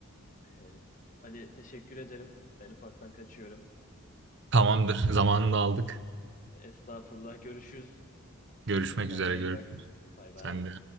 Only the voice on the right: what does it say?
Tamamdır. Zamanını da aldık.
Görüşmek
üzere
görüşürüz.
Sen de.